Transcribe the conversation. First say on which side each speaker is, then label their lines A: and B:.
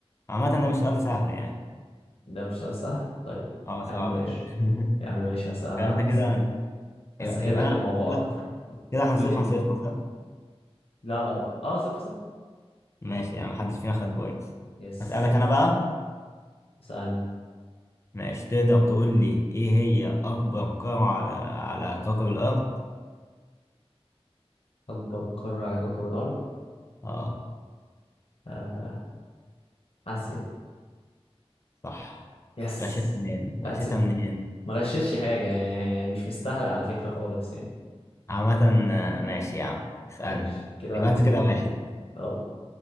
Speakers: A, on the left (about 25°); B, on the left (about 65°).
A: عامة ده مش سؤال سهل يعني
B: ده مش سؤال سهل طيب
A: اه صعب
B: يا عم ماشي
A: جدا <laughs>
B: يا عم ماشي هس- هس-
A: يبقى انت كده
B: هسهل
A: يبقى يبقى
B: لك
A: انا
B: الموضوع
A: كده
B: أكتر
A: كده احنا
B: قول
A: صفر
B: لي أنت
A: صفر صح؟
B: لا أه آه، صفر صفر
A: ماشي يعني محدش فينا خد بوينتس
B: يس
A: اسألك انا بقى
B: اسألني
A: ماشي تقدر تقول لي ايه هي اكبر قارة على على كوكب الارض؟
B: أكبر قارة على كوكب الأرض
A: اه
B: آه. آسيا
A: صح
B: يس
A: غشيتها منين؟
B: واحد
A: غشيتها
B: صفر
A: منين؟
B: ما غششش حاجة يعني مش مستاهلة على فكرة خالص يعني
A: عامة آه، ماشي يا عم اسألني
B: ماشي كده واحد
A: يبقى انت
B: زيرو
A: كده واحد
B: اه